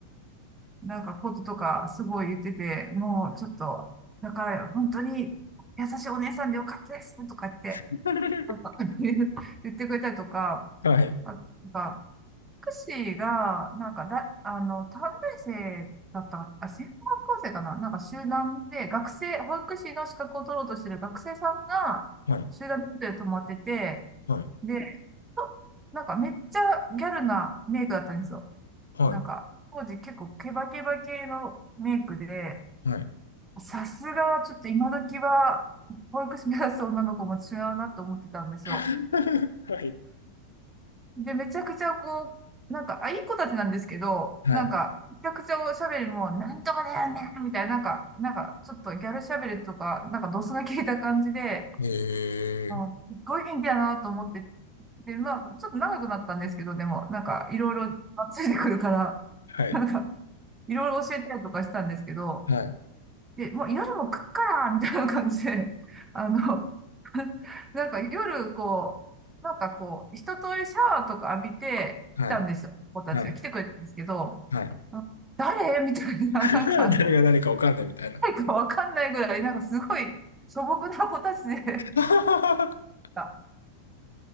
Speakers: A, on the right; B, on the left.
A: なんかこととか、すごい言ってて、もうちょっと、だから、本当に優しいお姉さんでよかったです、とかって、
B: <laughs>
A: なんか <laughs> 言ってくれたりとか、
B: はい。
A: あ、なんかクシーが、なんかだ、あの、短大生だったか、あ、専門学校生かななんか集団で、学生、保育士の資格を取ろうとしてる学生さんが、
B: はい。
A: 集団でホテル泊まってて、
B: はい。
A: で、となんかめっちゃギャルなメイクだったんですよ。
B: はい。
A: なんか、当時結構ケバケバ系のメイクで、
B: はい。
A: さすがちょっと今時は、保育士目指す女の子も違うなと思ってたんですよ。
B: <laughs> はい。
A: で、めちゃくちゃこう、なんか、あ、いい子たちなんですけど、
B: はい。
A: なんか、めちゃくちゃおしゃべりも、なんとかだよね、みたいな、なんか、なんか、ちょっとギャルしゃべりとか、なんか、ドスが効いた感じで、
B: えー。
A: あ、すっごい元気だなと思って、で、まあ、ちょっと長くなったんですけど、でも、なんか、いろいろ、あついてくるから、
B: はい。
A: なんか、いろいろ教えたりとかしたんですけど、
B: はい。
A: で、もう夜も食っからみたいな感じで、<laughs> あの、<laughs> なんか夜、こう、なんかこう、一通りシャワーとか浴びて来たんですよ。
B: はい。
A: 子たちが来てくれたんですけど、
B: はい。はい。
A: あ誰みたいな、
B: <laughs>
A: なんか、
B: 誰が誰かわかんないみたいな。
A: 誰かわかんないぐらい、なんかすごい素朴な子たちで、
B: <laughs>
A: <laughs> あ